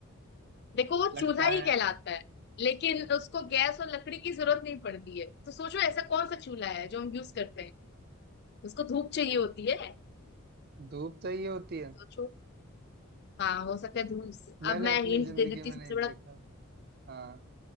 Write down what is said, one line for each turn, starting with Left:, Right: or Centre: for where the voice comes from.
Left: देखो वो
Right: लगता
Left: चूल्हा ही
Right: है
Left: कहलाता है लेकिन उसको गैस और लकड़ी की जरूरत नहीं पड़ती है तो सोचो ऐसा कौन सा चूल्हा है जो हम यूज करते हैं उसको धूप चाहिए होती है
Right: धूप चाहिए होती है
Left: सोचो हाँ हो सकता है धूप से-
Right: मैंने
Left: अब मैं
Right: अपनी
Left: हिंट
Right: जिंदगी
Left: दे देती
Right: में
Left: हूँ सबसे
Right: नहीं
Left: बड़ा
Right: देखा हाँ